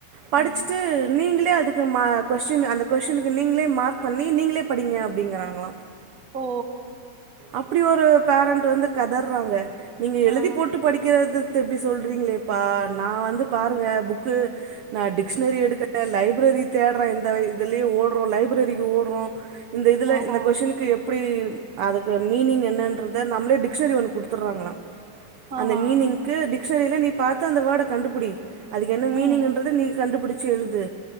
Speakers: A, on the right (about 70°); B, on the right (about 35°).
A: படிச்
B: ஆ
A: நீங்களே அதுக்கு மா கொஸ்டீன் அந்த கொஸ்டீன்க்கு நீங்ளே மார்க் பண்ணி நீங்ளே படிங்க அப்டிங்குறாங்ளா
B: ஓ
A: அப்டி ஒரு பேரண்ட் வந்து கதர்றாங்க நீங்க எழுதி
B: ஆ
A: போட்டு படிக்கிறது து இப்டி சொல்றிங்ளேப்பா நா வந்து பாருங்க புக்கு நா டிக் ஷ்னரி எடுக்குற லைப்ரரி தேட்ற இந்த இதுலியே ஓட்றோ லைப்ரரிக்கு ஓடுறோ இந்த இதுல
B: ஆஹா
A: இந்த கொஸ்டீனுக்கு எப் புடி அதுக்கு மீனிங் என்னென்றத நம்ளே ட்க்க்ஷ்னரி ஒன்னு குட்த்துர்றாங்களா
B: ஆஹா
A: அந்த மீனிங்க்கு டிஸ்னரில நீ பாத்து அந்த வேர்ட கண்டுபுடி அதுக்கு என்ன
B: ம்
A: மீனிங்ன்றத நீ புடுச்சி எழுது